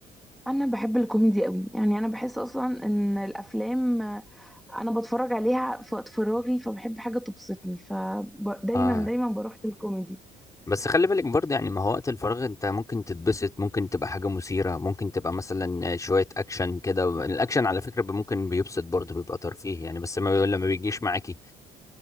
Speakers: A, in the centre; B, on the left.
A: انا بحب الكوميدي قوي يعني انا بحس اصلا ان الافلام آه، انا بتفرج عليها في وقت فراغي فبحب حاجه تبسطني فدايما
B: اه
A: دايما بروح للكوميدي
B: بس خلي بالك برضه يعني ما هو وقت الفراغ انت ممكن تتبسط ممكن تبقى حاجة مثيرة ممكن تبقى مثلا شوية اكشن كده الاكشن على فكرة ممكن بيبسط برضه بيبقى ترفيه يعني بس ما لما بيجيش معاكي